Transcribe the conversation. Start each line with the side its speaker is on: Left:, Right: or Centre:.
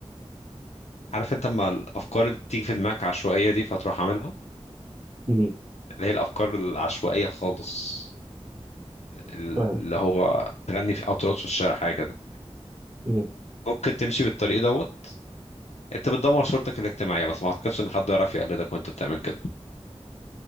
Left: عارف انت اما الافكار اللي بتيجي في دماغك عشوائيه دي فتروح عاملها
Right: مم.
Left: اللي هي الافكار العشوائيه خالص اللي
Right: فاهم
Left: هو تغني في او ترقص في الشارع حاجه كده
Right: مم.
Left: ممكن تمشي بالطريق دوت انت بتدمر صورتك الاجتماعيه بس ما اعتقدش ان حد يعرف يقلدك وانت بتعمل كده